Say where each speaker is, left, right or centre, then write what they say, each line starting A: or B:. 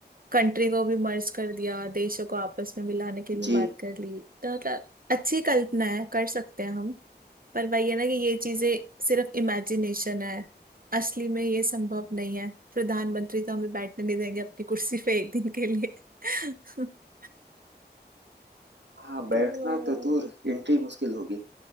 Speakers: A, on the right; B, on the right.
A: कंट्री को भी मर्ज कर दिया देशों को आपस में मिलाने की भी
B: जी
A: बात कर ली तो मतलब अच्छी कल्पना है कर सकते हैं हम पर वही है ना कि ये चीजें सिर्फ इमेजिनेशन है असली में ये संभव नहीं है प्रधानमंत्री तो हमें बैठने नहीं देंगे अपनी कुर्सी पे एक दिन के लिए <laughs>
B: हाँ बैठना
A: तो
B: तो दूर एंट्री मुश्किल होगी